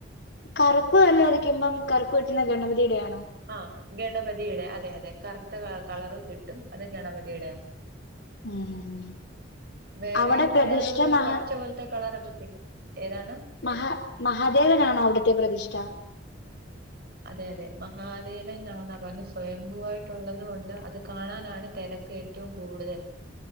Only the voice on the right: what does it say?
ആ ഗണപതീടേ അതെ അതെ കറ്ത്ത ക കളർ കിട്ടും അത് ഗണപതീ ടെയാന്ന്
വേറെയും
കളർ ഒരു
പച്ച പോലത്തെ കളറൊക്കെ കിട്ടും ഏതാണ്
അതെ അതെ മഹാദേവൻ ആന്നാ പറഞ്ഞ് സ്വയന്തുവായിട്ടുള്ളതും ഉണ്ട് അത് കാണാനാണ് തെരക്ക് ഏറ്റവും കൂടുതല്.